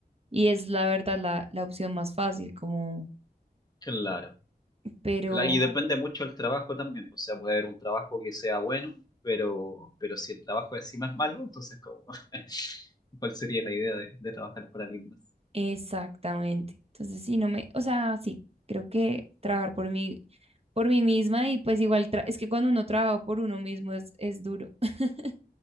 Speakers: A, on the right (about 35°); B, on the left (about 25°).
A: y es la verdad la, la opción más fácil, como,
B: Claro.
A: pero
B: Claro, Y depende mucho del trabajo también. pues, O sea, puede haber un trabajo que sea bueno, pero, pero si el trabajo encima es malo, entonces como <laughs> ¿cuál sería la idea de, de trabajar para alguien más?
A: exactamente. Entonces, sí, no me, o sea, sí, creo que trabajar por mí, por mí misma y pues igual, tra- es que cuando uno trabaja por uno mismo es, es duro. <laughs>